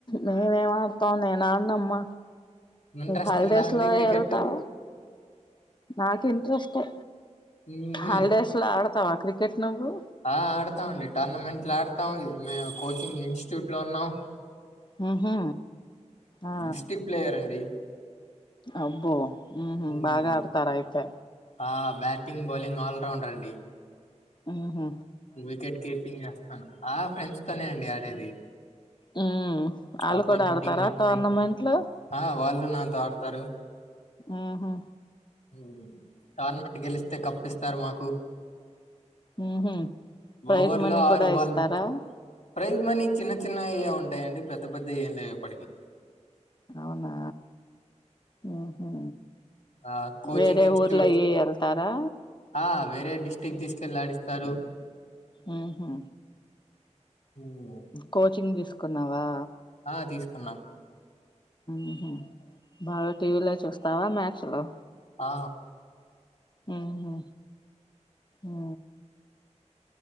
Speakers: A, on the left (about 40°); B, on the left (about 75°).
A: నేనేమ్ ఆడతా నేన్ నానమ్మ
B: ఇంట్రెస్ట్
A: హాలిడేస్
B: ఉందా అండి
A: లో
B: క్రికెట్
A: ఎల్తావా నాకు ఇంట్రెస్టే
B: ఉహుం,
A: హాలిడేస్ లో ఆడ తవా క్రికెట్ నువ్వు
B: ఆ ఆడతా మండి టోర్నమెంట్ ఆడతా మేము కోచింగ్ ఇన్సిట్యూట్ లో ఉన్నాం
A: హు హు ఆ
B: డిస్ట్రిక్ట్ ప్లేయర్ అండి
A: అబ్బో ఊహు
B: ఉమ్,
A: బాగా ఆడతార్ అయితే
B: ఆ బ్యాటింగ్ బౌలింగ్ ఆల్ రౌండర్ అండి
A: ఊహు
B: వికెట్ కీపింగ్ జేస్తాను ఆ ఫ్రెండ్స్ తోనే అండి ఆడేది
A: ఉ ఆళ్ళు
B: అపోనెంట్
A: కూడా ఆడతారా
B: టీంలు వస్తాయి
A: టోర్నమెంట్లు
B: ఆ వాళ్ళు నాతో ఆడతారు
A: ఊహు
B: ఉ టోర్నమెంట్ గెలిస్తే కప్పిస్తే తారు మాకు
A: ఉహు ప్రైజ్
B: ఓవర్లో
A: మనీ కూడా
B: ఆరు బాల్
A: ఇస్తారా
B: ఉంటాయి ప్రైజ్ మనీ చిన్న చిన్నవిగా ఉంటాయండి పెద్ద పెద్దవి ఏం లేవు ఇప్పటికీ
A: అవునా ఉహు
B: ఆ కోచింగ్
A: వేరే
B: ఇన్స్టిట్యూట్
A: ఊర్లో అయి వెళ్తారా
B: ఆ వేరే డిస్టిక్ తీసుకెళ్ ఆడిస్ తారు
A: ఉహు హు
B: ఉమ్,
A: కోచింగ్ తిస్ కున్నావా
B: ఆ తీసుకున్నా
A: ఉహు బాగా టీవీలయి చూస్ తావా మ్యాచ్ లు
B: ఆ
A: ఉహు ఊ